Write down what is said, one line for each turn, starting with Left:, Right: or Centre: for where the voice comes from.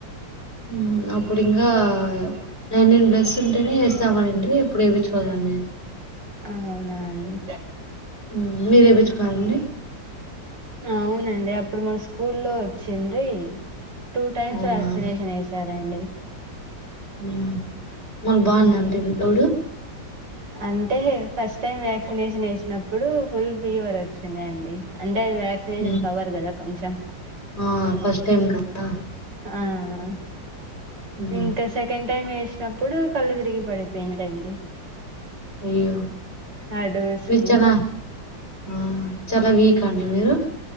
Left: హ్మ్ అప్పుడింగా నైన్టీన్ ప్లస్ ఉంటేనే ఎస్ స్తాం ఆనిండ్రి అప్పుడు ఏపిచ్చుకోలేదండి
Right: అవునా అండి
Left: ఉమ్ మీరు ఏపిచ్చుకున్నారండి
Right: అవునండి అప్పుడు మా స్కూల్లో వచ్చిండ్రి టూ టైమ్స్
Left: అవునా
Right: వ్యాక్సినేషన్ వేశారండి
Left: ఉమ్ మళ్ బాగుందాండి
Right: ఉమ్
Left: మీక్ అప్పుడు
Right: అంటే ఫస్ట్ టైం వ్యాక్సినేషన్ ఏసినప్పుడు ఫుల్ ఫీవర్ వచ్చిందండి అన్ టే అది వ్యాక్సినేషన్
Left: ఉమ్
Right: పవర్ కదా కొంచం
Left: ఆ ఫస్ట్ టైమ్ కదా
Right: ఆ
Left: ఉమ్
Right: ఇంక సెకండ్ టైం ఎస్ అ ప్పుడు కళ్ళు తిరిగి పడిపోయింటండి
Left: అయ్యో
Right: ఆ డోస్
Left: మీరు
Right: కి
Left: చానా ఆ చాలా వీకా అండి మీరు